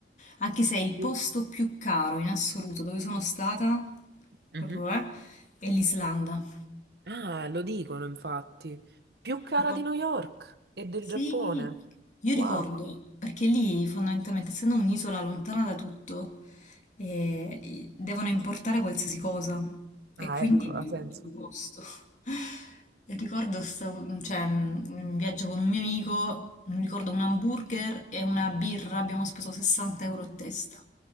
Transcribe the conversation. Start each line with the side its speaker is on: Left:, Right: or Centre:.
Left: Anche se è il posto
Right: Sì.
Left: più caro in assoluto dove sono stata,
Right: Mhm.
Left: proprio, eh, è l'Islanda.
Right: Ah, lo dicono infatti. Più cara
Left: Ricor-
Right: di New York e del
Left: Sì,
Right: Giappone.
Left: io
Right: Wow.
Left: ricordo, perché lì fondamentalmente, essendo un'isola lontana da tutto, eh, devono importare qualsiasi cosa e
Right: Ah,
Left: quindi
Right: ecco, ha senso.
Left: tutto il costo. <laughs> E Ricordo sto- cioè, mm, un viaggio con un mio amico, mi ricordo un hamburger e una birra, abbiamo speso 60 euro a testa.